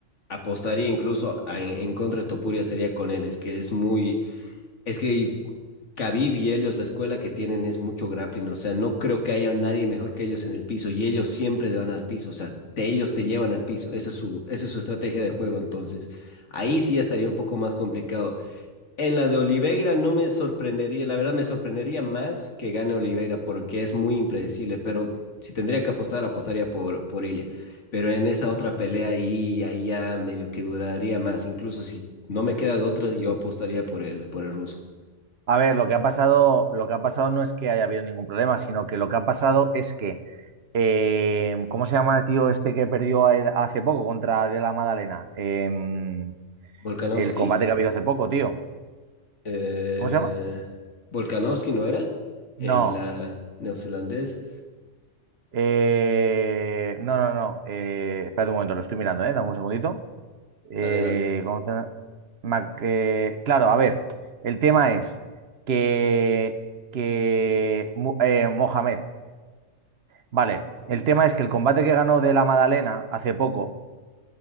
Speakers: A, on the left; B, on the right.
A: apostaría incluso a- en, en contra de Topuria sería con él, es que es muy es que Khabib y ellos, la escuela que tienen es mucho grappling, o sea, no creo que haya nadie mejor que ellos en el piso y ellos siempre te van al piso, o sea, te- ellos te llevan al piso, esa es su, esa es su estrategia de juego, entonces ahí sí ya estaría un poco más complicado. En la de Oliveira no me sorprendería, la verdad me sorprendería más que gane Oliveira porque es muy impredecible, pero si tendría que apostar, apostaría por, por Ilia. Pero en esa otra pelea ahí, ahí ya medio que duraría más, incluso si no me queda de otra, yo apostaría por el, por el ruso.
B: A ver, lo que ha pasado, lo que ha pasado no es que haya habido ningún problema, sino que lo que ha pasado es que Eh, ¿cómo se llama el tío este que perdió a él hace poco contra De la Madalena? Em,
A: Volkanovski.
B: el combate que ha habido hace poco, tío.
A: eh,
B: ¿Cómo se llama?
A: Volkanovski, ¿no era? El
B: No.
A: ah, neozelandés.
B: Eh, no, no, no. Eh, espérate un momento, lo estoy mirando, ¿eh? Dame un segundito. Eh,
A: Dale, dale.
B: ¿cómo te- Mac- eh, claro, a ver, el tema es que, que Mu- eh, Mohamed, vale, el tema es que el combate que ganó De la Madalena hace poco